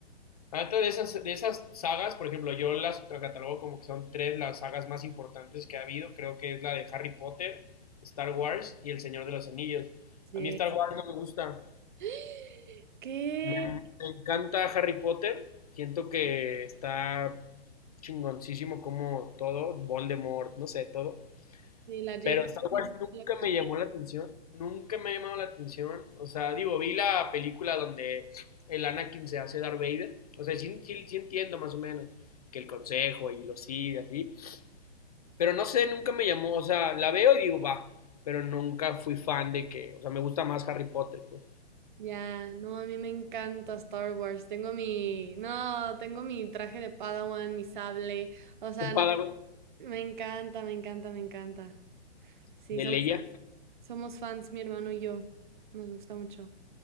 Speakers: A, on the left (about 35°); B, on the right (about 45°).
A: Ahorita de esas, de esas sagas, por ejemplo, yo las catalogo como que son tres las sagas más importantes que ha habido. Creo que es la de Harry Potter, Star Wars y El Señor de los Anillos.
B: Sí.
A: A mí Star Wars no me gusta.
B: <gasps> ¿Qué?
A: Me, me encanta Harry Potter. Siento que está chingoncísimo como todo, Voldemort, no sé, todo.
B: Sí, la J.K.
A: Pero Star
B: Rowling
A: Wars
B: está
A: nunca
B: loca.
A: me llamó la atención, nunca me ha llamado la atención. O sea, digo, vi la película donde el Anakin se hace Darth Vader. O sea, sí, sí, sí entiendo más o menos que el consejo y lo sigue así. Pero no sé, nunca me llamó. O sea, la veo y digo, va. Pero nunca fui fan de que. O sea, me gusta más Harry Potter, pues.
B: Ya, no, a mí me encanta Star Wars. Tengo mi, no, tengo mi traje de Padawan, mi sable. O sea,
A: ¿Tu padre
B: no- me encanta, me encanta, me encanta. Sí,
A: de
B: somos
A: Leia?
B: Somos fans, mi hermano y yo. Nos gusta mucho.